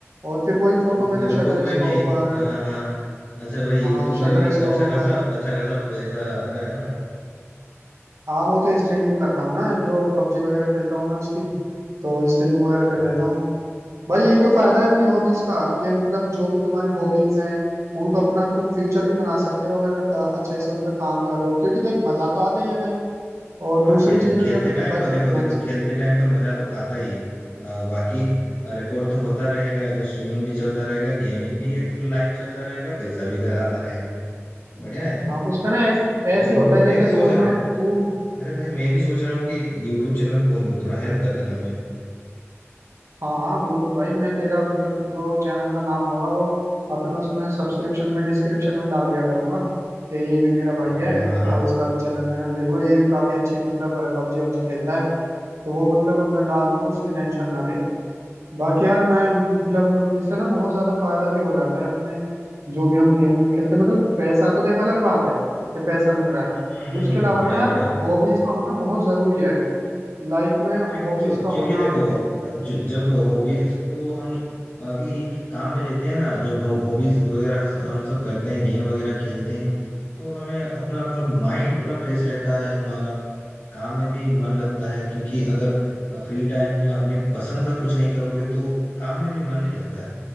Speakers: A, on the right (about 80°); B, on the left (about 60°).
A: और फिर वही फोटो मैंने
B: यूट्यूब
A: शटर
B: में
A: स्टॉक
B: भी
A: पर
B: हाँ हाँ अच्छा भाई यूट्यूब
A: हाँ
B: में
A: शटर
B: भी
A: स्टॉक
B: अच्छा खासा
A: पर
B: अच्छा खासा पैसा आ रहा है ना
A: हाँ वो तो स्ट्रीमिंग करता हूँ ना जो पबजी वगैरह खेलता हूँ मैं उसकी तो स्ट्रीमिंग वगैरह
B: हाँ
A: कर
B: हाँ
A: लेता हूँ भाई यही तो फायदा है अपनी हॉबीज का कि मतलब जो भी तुम्हारी हॉबीज हैं उनको अपना तुम फ्यूचर भी बना सकते हो अगर अ, अच्छे से उन पर काम करो क्योंकि देख मजा तो आता ही है भाई और
B: हाँ
A: दूसरी
B: खेल
A: चीज
B: खेलते
A: है जब
B: टाइम
A: ब-
B: तो देखो देखो
A: मज
B: खेलते टाइम तो मजा तो आता ही है आ, बाकी रिकॉर्ड तो होता रहेगा इधर स्विमिंग भी चलता रहेगा गेमिंग भी इधर लाइव चलता रहेगा पैसा भी इधर आता रहेगा बढ़िया है
A: हाँ उसमें ना ऐस- ऐसे
B: मैं भी
A: ही होता है जैसे
B: मैं भी सोच
A: तू और
B: रहा हूँ
A: मैं तू
B: अरे भाई मैं भी सोच रहा हूँ कि एक यूट्यूब चैनल खोल लूँ थोड़ा हेल्प कर देना मुझे
A: हाँ हाँ बिल्कुल भाई मैं तेरा मतलब जो चैनल का नाम होगा वो अपने उसमें सब्सक्रिप्शन में डिस्क्रिप्शन में डाल दिया करूंगा कि ये भी मेरा भाई
B: हाँ हाँ
A: है
B: हाँ हाँ
A: और
B: हाँ।
A: इसका भी चैनल में नाम देख लो ये भी काफी अच्छी मतलब पबजी PUBG खेलता है तो वो मतलब मैं डाल दूंगा उसकी टेंशन ना ले बाकी यार मैं मतलब इससे ना बहुत ज्यादा फायदा भी हो जाता है अपने जो भी हम गेम खेलते हैं मतलब पैसा तो देख अलग बात है कि पैसा मिल रहा
B: हम्म
A: है
B: हम्म,
A: उसके अलावा
B: बढ़िया
A: ना यार
B: बढ़िया
A: हॉबीज का होना बहुत जरूरी है लाइफ में
B: अरे क्यों
A: हॉबीज का
B: क्योंकि
A: होना
B: देखो जो जब हॉबीज को हम अभी काम में लेते हैं ना जब हॉबीज वगैरह स- हम सब करते हैं गेम वगैरह खेलते हैं तो हमें अपना मतलब माइंड पूरा फ्रेश रहता है हमारा काम में भी मन लगता है क्योंकि अगर फ्री टाइम में अपने पसंद का कुछ नहीं करोगे तो काम में भी मन नहीं लगता है